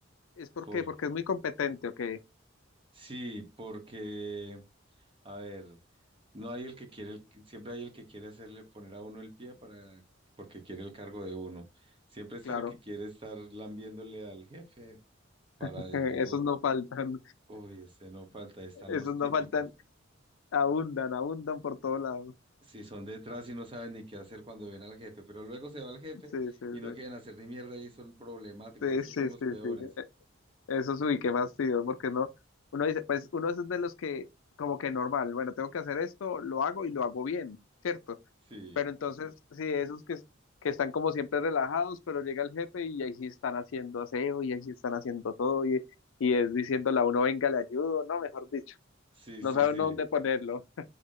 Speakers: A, on the left (about 80°); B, on the right (about 25°).
A: ¿Es por
B: Por,
A: qué? Porque es muy competente, ok,
B: sí, porque, a ver, no hay el que quiere, el- siempre hay el que quiere hacerle poner a uno el pie para, porque quiere el cargo de uno. Siempre está
A: claro,
B: el que quiere estar lambiéndole al jefe para
A: <laughs>
B: de luego,
A: esos no faltan,
B: uy, este no falta, están
A: esos
B: los típicos.
A: no faltan, abundan, abundan por todo lado,
B: Si son detrás y no saben ni qué hacer cuando ven al jefe, pero luego se va el jefe
A: sí, sí,
B: y no
A: sí.
B: quieren hacer ni mierda y son problemáticos,
A: Sí,
B: esos
A: sí,
B: son los
A: sí,
B: peores.
A: sí. Eso sí, qué fastidio, porque no, uno dice, pues uno es de los que como que normal, bueno, tengo que hacer esto, lo hago y lo hago bien, ¿cierto?
B: Sí,
A: Pero entonces, sí, esos que, que están como siempre relajados, pero llega el jefe y ahí sí están haciendo aseo y ahí sí están haciendo todo y, y es diciéndole a uno, venga, le ayudo, no, mejor dicho,
B: sí,
A: no
B: sí,
A: sabe
B: sí,
A: uno dónde ponerlo,